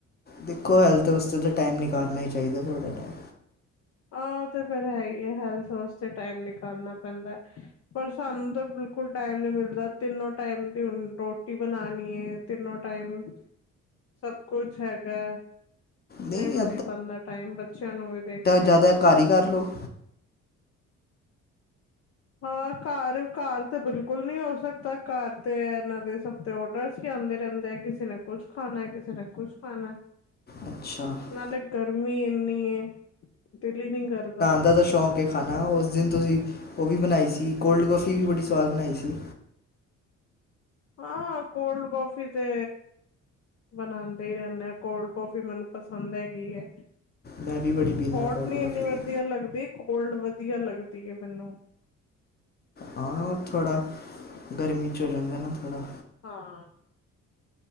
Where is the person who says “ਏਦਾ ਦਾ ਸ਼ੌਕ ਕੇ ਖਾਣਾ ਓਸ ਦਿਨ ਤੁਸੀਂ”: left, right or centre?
Left